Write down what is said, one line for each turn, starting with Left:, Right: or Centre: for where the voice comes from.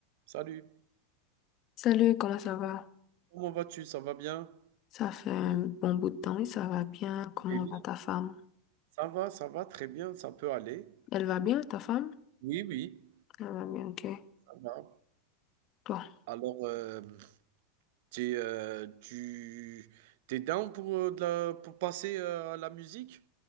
Right: Salut,
Left: Salut, comment ça va?
Right: comment vas-tu? Ça va bien?
Left: Ça fait un bon bout de temps et ça va bien. Comment
Right: Mais oui,
Left: va ta femme?
Right: ça va, ça va très bien, ça peut aller.
Left: Elle va bien, ta femme?
Right: Oui, oui,
Left: Elle va bien, ok.
Right: ça va.
Left: Toi?
Right: Alors, euh, t'es, euh, tu t'es down pour, euh, de la- pour passer euh, à la musique,